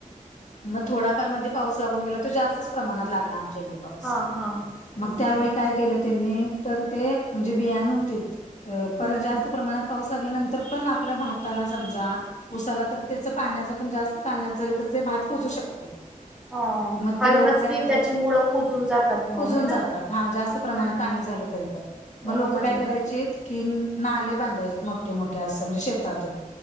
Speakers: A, on the left (about 55°); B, in the centre.
A: मं थोडाफार मध्ये पाऊस लागून गेला, तो जास्तच प्रमाणात लागला आमच्याईकडं.
B: हां, हां.
A: मग
B: ओके.
A: त्यावेळी काय केलं त्यांनी? तर ते म्हणजे बियाण होतीत, परत
B: हं.
A: जास्त प्रमाणात पाऊस आगल्यानंतर पण आपल्या भाताला समजा उसाला तर त्याच पाण्याचा पण जास्त पाण्यात झालं तर ते भात कुजू शकतय
B: हां.
A: म
B: खालूनच
A: ते लोक काय
B: ती
A: करायचे
B: त्याची मुळं कुजून जातात
A: कुजून
B: मग, हे ना?
A: जातात हा जास्त प्रमाणात
B: हं.
A: पाणी झालं तरी पण
B: बरोबर
A: मग लोक काय
B: आहे.
A: करायचेत कि नाले बांधायचे मोठे मोठे अस म्हणजे शेतातून